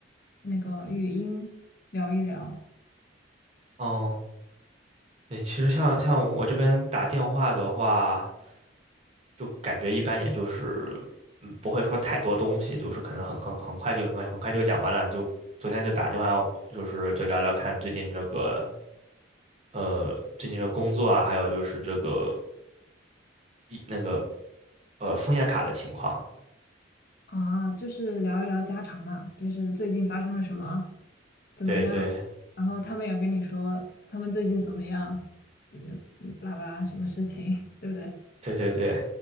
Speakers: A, on the left; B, on the right.
A: 那个语音聊一聊
B: 哦对，其实像像我这边打电话的话。就感觉一般，也就是嗯不会说太多东西，就是可能很很很快就很很快就讲完了。就昨天就打电话，就是就聊聊看最近这个呃最近的工作啊，还有就是这个一那个呃枫叶卡的情况。
A: 啊，就是聊一聊家常嘛，就是最近发生了什么，怎么样，
B: 对对
A: 然后他们也跟你说他们最近怎么样，也嗯巴拉巴拉什么事情，<laughs> 对不对？
B: 对对对，